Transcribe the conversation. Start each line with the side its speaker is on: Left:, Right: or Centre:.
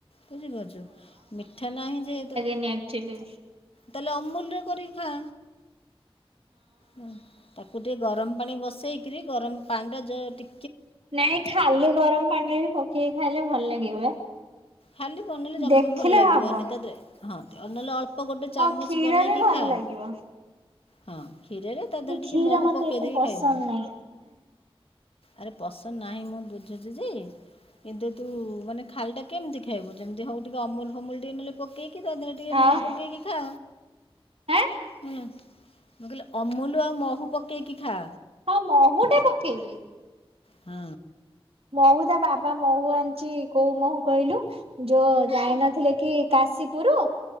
Left: ବୁଝିପାରୁଛୁ ମିଠା ନାହିଁ ଯେହେତୁ
Right: ନିଆ ଚିଲି
Left: ତାହେଲେ ଅମୁଲ ରେ କରିକି ଖା? ହଁ ତାକୁ ଟିକେ ଗରମ ପାଣି ବସେଇକରି ଗରମ ପାଣିଟା ଯେଉ ଟି
Right: ନାଇଁ ଖାଲି ଗରମ ପାଣିରେ ବି ପକେଇକି ଖାଇଲେ ଭଲ ଲାଗିବ
Left: ଖାଲି ବାନେଇଲେ ଜମା
Right: ଦେଖିଲେ
Left: ବି ଭଲ ଲାଗିବନି
Right: ହବ।
Left: ତତେ? ହଁ ନହେଲେ ଅଳ୍ପ ଗୋଟେ
Right: ହଁ
Left: ଚାମଚ
Right: କ୍ଷୀରରେ
Left: ବନେଇକି
Right: ଭଲ
Left: ଖାଆ।
Right: ଲାଗିବ
Left: ହଁ କ୍ଷୀରରେ ତା ଦେହରେ ଟିକେ
Right: କ୍ଷୀର
Left: ମହୁ
Right: ମତେ
Left: ପକେଇ
Right: ଏତେ
Left: ଦେଇଦେଇକି
Right: ପସନ୍ଦ
Left: ଖାଇବୁ।
Right: ନାହିଁ।
Left: ଆରେ ପସନ୍ଦ ନାହିଁ ମୁଁ ବୁଝୁଛି ଯେ କିନ୍ତୁ ତୁ ମାନେ ଖାଲିଟା କେମିତି ଖାଇବୁ ଯେମିତି ହଉ ଟିକେ ଅମୁଲ ଫମୁଲ ଟିକେ ନହଲେ ପକେଇକି ତାଦେହରେ ଟିକେ
Right: ଆଉ
Left: ମହୁ ପକେଇକି ଖା।
Right: ଆଁ
Left: ହେଲା ମୁଁ କହିଲି ଅମୁଲ ଆଉ ମହୁ ପକାଇକି ଖା।
Right: ହଁ ମହୁଟା ପ ଥିଭିି।
Left: ହଁ।
Right: ମହୁ ତା ବାବା ମହୁ ଆଣିଚି କୋଉ ମହୁଁ କହିଲୁ ଯୋଉ ଯାଇନଥିଲେ କି କାଶୀପୁରୁ।